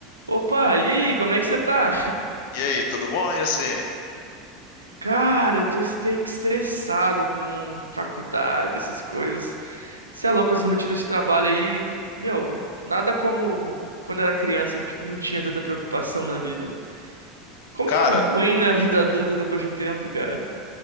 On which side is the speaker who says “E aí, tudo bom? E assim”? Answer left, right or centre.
Left